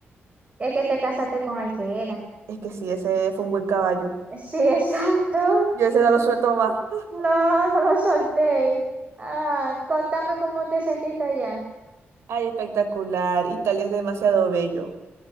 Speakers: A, on the right (about 30°); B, on the right (about 85°).
A: es que te casaste con el que era.
B: Es que sí, ese fue un buen caballo.
A: Sí, exacto.
B: Yo ese no lo suelto más. <laughs>
A: No, no lo solté. Ah, contame cómo te sentiste allá.
B: Ay, espectacular. Italia es demasiado bello.